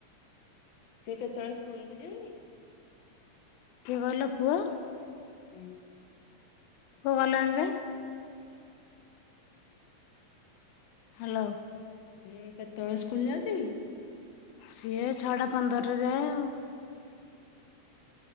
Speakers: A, on the left (about 60°); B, on the left (about 80°).
A: ସିଏ କେତେବେଳେ ସ୍କୁଲ୍ କୁ ଯିବକି?
B: କିଏ କହିଲ ପୁଅ?
A: ହୁଁ।
B: ପୁଅ ଗଲେ ଆଣିବା। ହ୍ୟାଲୋ।
A: ସିଏ କେତେବେଳେ ସ୍କୁଲ ଯାଉଛି କି?
B: ସିଏ ଛଅଟା ପନ୍ଦରରେ ଯାଏ ଆଉ।